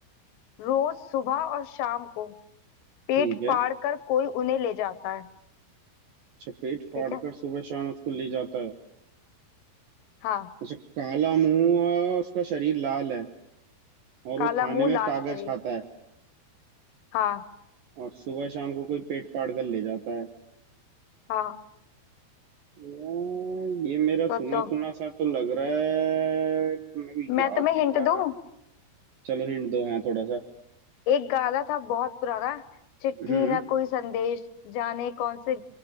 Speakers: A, on the left; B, on the right.
A: रोज सुबह और शाम को पेट
B: ठीक है
A: फाड़ कर कोई उन्हें ले जाता है
B: चपेट फाड़कर
A: ठीक है
B: सुबह शाम उसको ले जाता है
A: हाँ
B: अच्छा काला मुंह है और उसका शरीर लाल है और वो
A: काला
B: खाने
A: मुंह
B: में
A: लाल
B: कागज
A: शरीर
B: खाता है
A: हाँ
B: और सुबह शाम को कोई पेट फाड़ कर ले जाता है
A: हाँ
B: यार ये मेरा सुना
A: सोचो
B: सुना सा तो लग रहा है मेरे को
A: मैं
B: याद
A: तुम्हें
B: भी
A: हिंट
B: था
A: दूँ
B: चलो हिंट दो हाँ थोड़ा सा
A: एक गाना था बहुत पुराना चिट्ठी
B: हम्म
A: ना कोई संदेश जाने कौन से